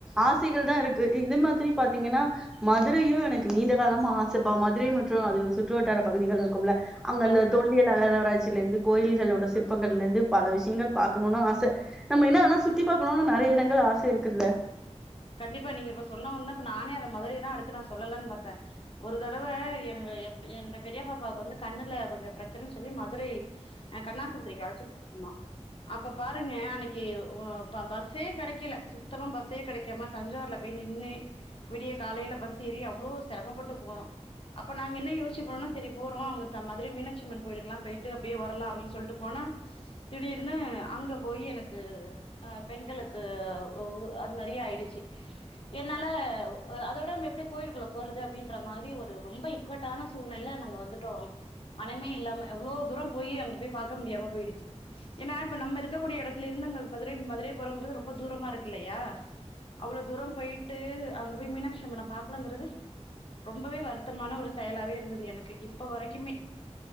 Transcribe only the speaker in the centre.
ஆசைகள் தா இருக்கு இது மாத்ரி பாத்தீங்கனா மதுரையு எனக்கு நீண்ட காலமா ஆ சப்பா மதுரையு மற்று அது சுற்று வட்டார பகுதிகள் இருக்கும்ல அங்க
அந்த தொல் வியல் அகழ்வாராய்ச்சியிலிருந்து கோயில்களோட சிற்பங்கள்ல இருந்து பல விஷ்யங்கள் பாக்கணுனு ஆச நம்ம இன்னு ஆனா சுத்தி பாக்கணுனு நெறைய இடங்கள் ஆச இருக்குல்ல